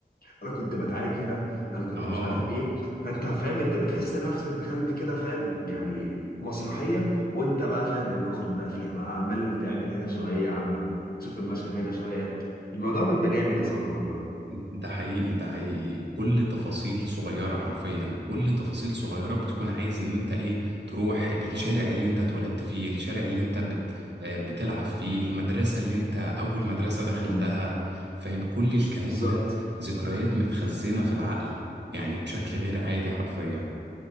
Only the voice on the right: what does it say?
اه
ده حقيقي ده حقيقي كل تفاصيل صغيرة حرفيا كل تفاصيل صغيرة بتكون عايز ان انت ايه تروح الشارع
اللي انت اتولدت فيه الشارع اللي انت بت آه، بتلعب فيه المدرسة اللي انت اول مدرسة دخلتها
فاهم كل الكلام
ده ذكريات متخزنة في العقل يعني بشكل غير عادي حرفيا